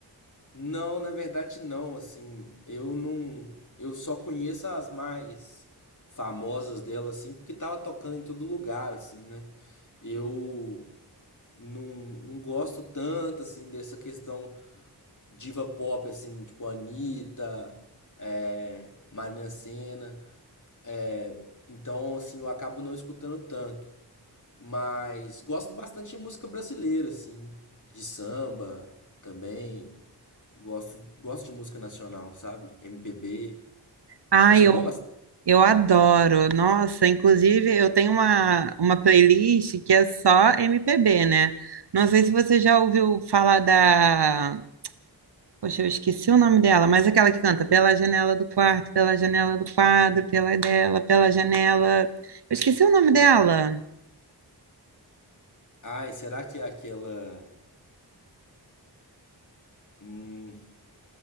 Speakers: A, on the left; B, on the right.
A: Não, na verdade não, assim, eu não, eu só conheço as mais famosas dela, assim, porque tava tocando em todo lugar, assim, né? Eu não, não gosto tanto, assim, dessa questão diva pop, assim, tipo Anitta, é, Marina Sena, é, então, assim, eu acabo não escutando tanto, mas gosto bastante de música brasileira, assim, de samba também, Gosto, gosto de música nacional, sabe? MPB.
B: Ah,
A: Você
B: eu,
A: gosta?
B: eu adoro. Nossa, inclusive eu tenho uma, uma playlist que é só MPB, né? Não sei se você já ouviu falar da. Poxa, eu esqueci o nome dela, mas aquela que canta Pela janela do quarto, pela janela do quadro, pela dela, pela janela. Eu esqueci o nome dela.
A: Ai, será que é aquela. Hum,